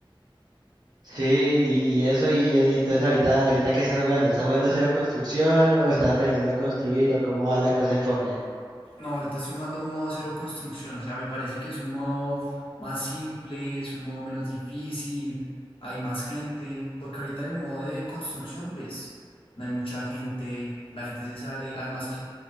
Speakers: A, on the right; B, on the left.
A: Sí, y, y eso, y, y entonces ahorita, ahorita ¿qué estás jugando? ¿Estás jugando cero construcción o estás aprendiendo a construir o cómo va la cosa en Fortnite?
B: No, ahorita estoy jugando modo cero construcción, o sea, me parece que es un modo más simple, es un modo menos difícil, hay más gente, porque ahorita en el modo de construcción, pues, no hay mucha gente, la gente se sale, además que